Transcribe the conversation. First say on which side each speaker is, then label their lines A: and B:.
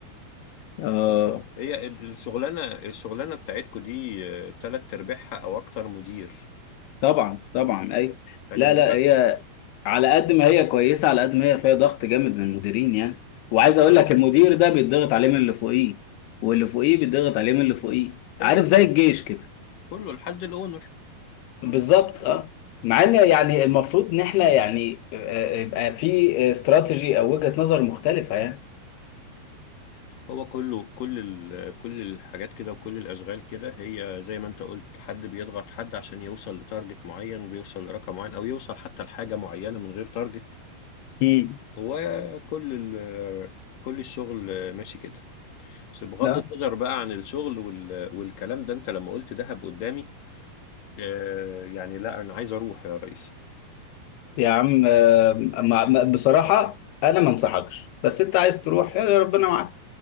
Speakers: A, on the left (about 80°); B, on the left (about 60°).
A: آه
B: يلا هي ال- الشغلانة الشغلانة بتاعتكو دي آه، تلات ارباعها او اكتر مدير
A: طبعا طبعا اي
B: يعني
A: لا
B: مديرك
A: لا هي على قد ما هي كويسه على قد ما هي فيها ضغط جامد من المديرين يعني وعايز اقول لك المدير ده بيتضغط عليه من اللي فوقيه واللي فوقيه بيتضغط عليه من اللي فوقيه
B: ايوه
A: عارف
B: كله
A: زي الجيش كده
B: كله لحد الاونر
A: بالظبط اه مع ان يعني المفروض ان احنا يعني آه، آه، يبقى في استراتيجي او وجهة نظر مختلفة يعني
B: هو كله كل ال... كل الحاجات كده وكل الأشغال كده هي زي ما أنت قلت حد بيضغط حد عشان يوصل لتارجت معين وبيوصل لرقم معين أو يوصل حتى لحاجة معينة من غير تارجت
A: مم.
B: هو كل ال... كل الشغل ماشي كده بس بغض
A: لا
B: النظر بقى عن الشغل وال... والكلام ده أنت لما قلت دهب قدامي آه، يعني لا أنا عايز أروح يا ريس
A: يا عم آه، ما- ما- بصراحة انا ما انصحكش بس انت عايز تروح يا ربنا معاك